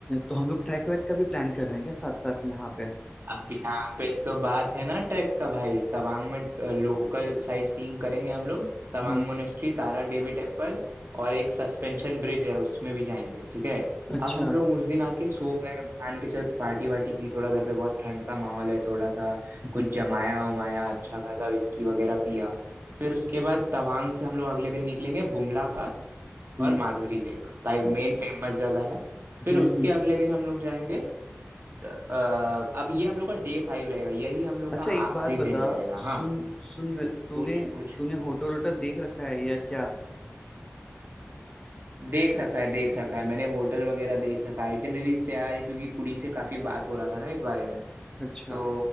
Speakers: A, on the left (about 20°); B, on the right (about 65°).
A: तो हम लोग ट्रैक वैक का भी प्लान कर रहे हैं क्या साथ साथ यहाँ पे
B: अब यहाँ पे तो बात है ना ट्रैक का भाई तवांग में लोकल साइट सीइंग करेंगे हम लोग तवांग
A: हम्म
B: मोनेस्ट्री तारा देवी टेम्पल और एक सस्पेंशन ब्रिज है उसमें भी जाएंगे ठीक है
A: अच्छा
B: अब हम लोग उस दिन आके सो गए मान के चल पार्टी वार्टी की थोड़ा घर पे बहुत ठंड का माहौल है थोड़ा सा
A: हम्म
B: कुछ जमाया वमाया अच्छा खासा विस्की वगैरह पिया फिर उसके बाद तवांग से हम लोग अगले दिन निकलेंगे बुमला पास
A: हम्म
B: और माधुरी लेक भाई मेन फेमस जगह है फिर
A: हम्म
B: उसके
A: हम्म।
B: अगले दिन हम लोग जाएंगे अ, अब ये हम लोग का डे फाइव रहेगा यही हम लोग
A: अच्छा
B: का आखिरी
A: एक बात बता
B: दिन रहेगा
A: सुन
B: हाँ
A: सुन मे- तूने
B: पूछ पूछ
A: तूने होटल वोटल देख रखा है या क्या
B: देख रखा है देख रखा है मैंने होटल वगैरह देख रखा है आइटिनरी तैयार है क्योंकि कुड़ी से काफी बात हो रहा था ना इस बारे में
A: अच्छा
B: तो